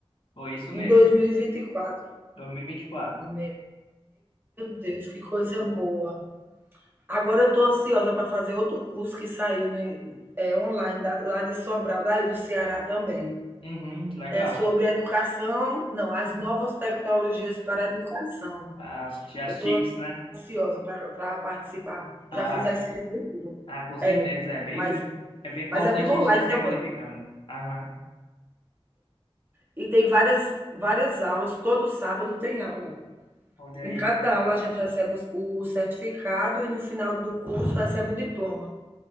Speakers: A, on the left; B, on the right.
A: Foi isso
B: em
A: mesmo.
B: 2024.
A: 2024.
B: Meu Deus, que coisa boa. Agora eu estou ansiosa para fazer outro curso que saiu no- é, online, da- lá de Sobral, daí do Ceará também.
A: Uhum, que legal.
B: É sobre educação, não, as novas tecnologias para a educação.
A: As, as
B: Eu estou
A: TICs, né?
B: ansiosa para participar.
A: Ah,
B: Já fiz a inscrição
A: ah, com certeza.
B: É,
A: É bem,
B: mas,
A: é bem importante
B: mas é tudo
A: a
B: online
A: gente estar se
B: também.
A: requalificando. Aham,
B: E tem várias, várias aulas, todo sábado tem aula.
A: olha aí.
B: Em cada aula a gente recebe o certificado e no final do curso recebe o diploma.